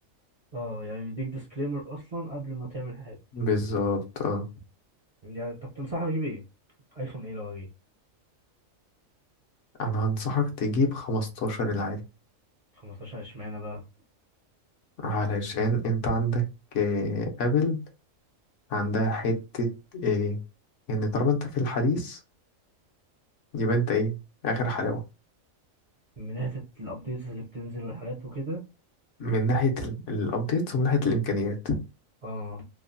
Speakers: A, on the right; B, on the left.
A: اه يعني بيديك ديسكليمر اصلا قبل ما تعمل حاجه
B: بالظبط اه
A: يعني طب تنصحني اجيب ايه ايفون ايه لو اجيب
B: انا هنصحك تجيب 15 العادي
A: 15 اشمعنى بقى
B: علشان انت عندك آه، ابل عندها حتة ايه ان طالما انت في الحديث يبقى انت ايه اخر حلاوة
A: من ناحيه الابديتس اللي بتنزل والحاجات وكده
B: من ناحية الابديت ومن ناحية الامكانيات
A: اه